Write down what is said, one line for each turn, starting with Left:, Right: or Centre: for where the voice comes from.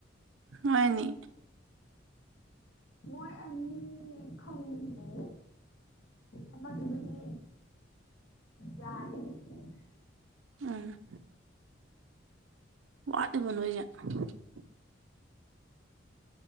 Right: ꯍꯣꯏꯅꯤ
Left: ꯃꯣꯏ ꯑꯅꯤ ꯐꯪꯗꯦ ꯑꯃꯗꯨꯕꯨꯗꯤ ꯌꯥꯦ <unintelligible> <inaudible>
Right: ꯎꯝ ꯋꯥꯠꯂꯤꯕ ꯅꯣꯏꯖ <inaudible>